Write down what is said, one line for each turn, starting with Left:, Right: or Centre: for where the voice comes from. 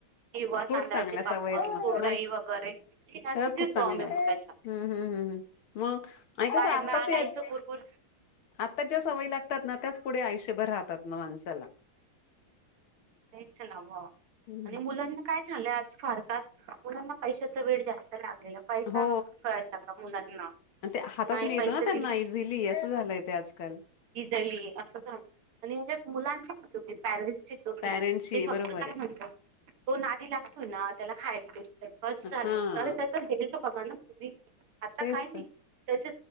Right: किंवा
Left: खूप
Right: तांदळाचे
Left: चांगल्या
Right: पापड,
Left: सवयी आहेत मग.
Right: कुरडई
Left: माहित,
Right: वगैरे हे असं
Left: खरंच
Right: देतो
Left: खूप चांगलं
Right: आम्ही
Left: आहे.
Right: मुलांना
Left: हम्म हम्म हं हं मग आणि कसं
Right: बाहेर
Left: आताच
Right: ना आणायचं
Left: त
Right: कुरकुर
Left: आत्ता ज्या सवयी लागतात ना, त्याच पुढे आयष्यभर राहतात मग माणसाला
Right: तेच न्हव
Left: हम्म
Right: आणि मुलांना काय झालं आज फार फार, मुलांना पैशाचं वेड जास्त लाग <unintelligible> पैसा
Left: हो
Right: लवकर कळायला लागला मुलांना,
Left: आणि ते हातात
Right: नाही
Left: मिळतो
Right: पैसे
Left: ना त्यांना
Right: दिले
Left: इझिली असं झालंय ते आजकाल
Right: इजली असं झालं आणि याच्यात मुलांचे <unintelligible> पॅरिलीस <unintelligible> ते
Left: पॅरेंट्सची
Right: फक्त
Left: बरोबर
Right: काय
Left: आहे
Right: म्हणतात, तो नादी लागतो ना, त्याला खायला ते बस
Left: हा
Right: झालं, तर त्याच <unintelligible> <unintelligible> आता
Left: तेच
Right: काय मी,
Left: तर
Right: त्याच